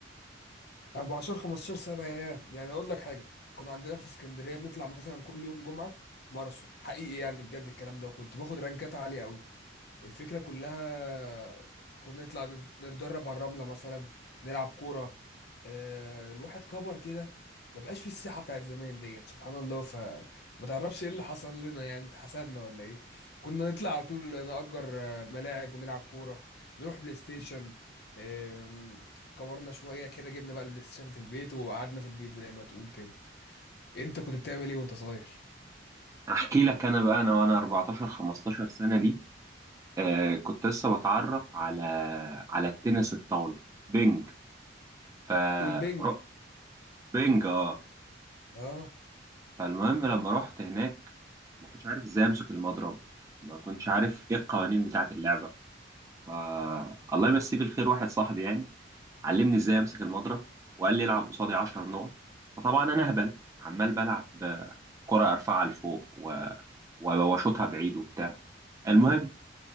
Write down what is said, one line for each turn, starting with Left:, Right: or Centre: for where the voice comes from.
Left: 14 15 سنة ياه يعني اقول لك حاجة كنا عندنا في اسكندرية بنطلع مثلا كل يوم جمعة ماراثون حقيقي يعني بجد الكلام ده وكنت باخد رانكات عالية قوي الفكرة كلها كنا نطلع نت- نتدرب على الرملة مثلا نلعب كورة آه، الواحد كبر كده ما بقاش في الصحة بتاعت زمان ديت سبحان الله فما تعرفش ايه اللي حصل لنا يعني اتحسدنا ولا ايه كنا نطلع على طول نأجر آه، ملاعب ونلعب كورة نروح بلاي ستيشن آم، كورنا شوية كده جبنا بقى البلاي ستيشن في البيت وقعدنا في البيت زي ما تقول كده انت كنت بتعمل ايه وانت صغير
Right: احكي لك انا بقى انا وانا 14 15 سنة دي آه كنت لسه بتعرف على على التنس الطاولة بينج ف
Left: والبنج
Right: ر- بينج اه
Left: اه
Right: فالمهم لما رحت هناك ما كنتش عارف ازاي امسك المضرب ما كنتش عارف ايه القوانين بتاعة اللعبة ف الله يمسيه بالخير واحد صاحبي يعني علمني ازاي امسك المضرب وقال لي العب قصادي 10 نقط فطبعا انا اهبل عمال بلعب آه، كرة ارفعها لفوق و- و- واشوطها بعيد وبتاع المهم